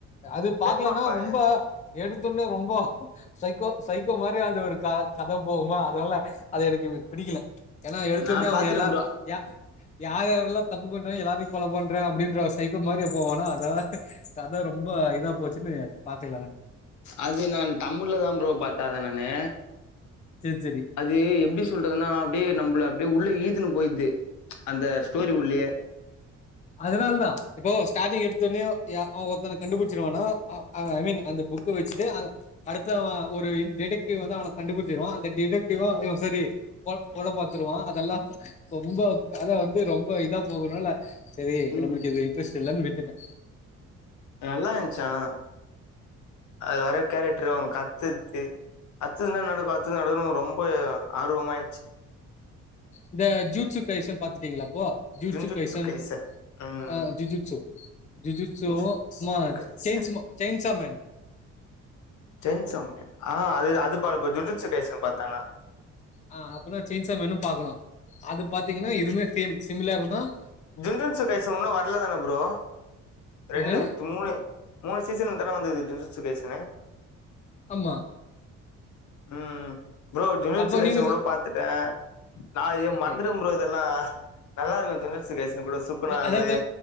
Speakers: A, on the left; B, on the left.
A: அது
B: டெத்
A: பாக்கலனா
B: நோட் பாக்கலையா?
A: ரொம்ப எடுத்தொன்ன ரொம்ப சைக்கோ சைக்கோ மாரி அது ஒரு கத போகுமா அதனால அது எனக்கு பிடிக்கல ஏனா எடுத்தொன்ன
B: நான்
A: அவன்
B: பாத்துட்டேன்
A: எல்லா
B: ப்ரோ.
A: என் யார் யாரல்லா தப்பு பண்றேன் எல்லாரையு கொல பண்றேன் அப்டின்ற சைகோ மாரியே போவானா அதனால கத ரொம்ப இதா போச்சுன்னு பாக்கலனானு
B: அது நா தமிழ்ல்தான் ப்ரோ பாத்த அத நானு
A: சேர் சேரி
B: அது எப்டி சொல்றதுனா அப்டியே நம்பள அப்டியே உள்ள இழுத்துன்னு போயிடுது அந்த ஸ்டோரி உள்ளயே
A: அதனாலதா இப்போ ஸ்டாட்டிங் எடுத்தொன்னயே அவன் ஒருத்தன கண்டுபிடிச்சிருவானா அ அவன் ஐ மீன் அந்த பு க்க வெச்சுட்டு அ அடுத்தவன் ஒரு டிடக்டிவ் வந்து அவன கண்டுபிடிச்சிருவான் அந்த டிடக்டிவ இவன் சரி கொ கொலப்பாத்துருவான் அதெல்லா ரொம்ப கத வந்து ரொம்ப இதா போகரனால செரி
B: ம்.
A: நம்மளுக்கு இது இன்ட்ரெஸ்ட் இல்லனு விட்டுட்ட
B: நல்லா இருந்ச்சு ஆனா அதுல வர கேரக்டர் அவுங்க கத்தது அடுத்து என்ன நடக்கு அடுத்து நடக்கணு ரொம்ப ஆர்வமா இன்ச்சி
A: இந்த ஜூஸுக்கைஸன்னு பாத்துட்டீங்ளா அப்போ ஜூஸுக்கைசன்
B: ஜுன்ஜுட்சு கைசன். ம்.
A: அ ஜீஜீக்சோ ஜீஜீக்ஸ்சோ
B: ஜுட்சு
A: மா
B: கைசன்.
A: சென்ஸ்மோ ஜெய்ன்ஸாமேன்
B: ஜெய்ன்ஸாமேன் ஆ அது அது பாப்ப ஜுஜுக்ஸ்கைசன்னு பாத்தா நா
A: ஆ அப்பனா ஜெய்ஸாமேனு பாக்கணு அது பாத்தீங்கனா இதுமே சேம் சிமிலர்தான்
B: ஜுஜுன்சுகைசம் இன்னு வர்லதான ப்ரோ ரெண்டு
A: என்னது
B: மூணு மூணு சீசன்தான வந்தது ஜூஜூஸ்கைசனு
A: ஆமா
B: ம் ப்ரோ ஜுஜுஸ்கைசன்
A: அப்ப நீங்க
B: கூட
A: சொ
B: பாத்துட்ட நா எம்
A: ஓகே
B: மறந்திரும் ப்ரோ இதெல்லா நல்லா இருக்கு ஜுஜுஸ்கைசன் போல சுக்குனாலே
A: அதா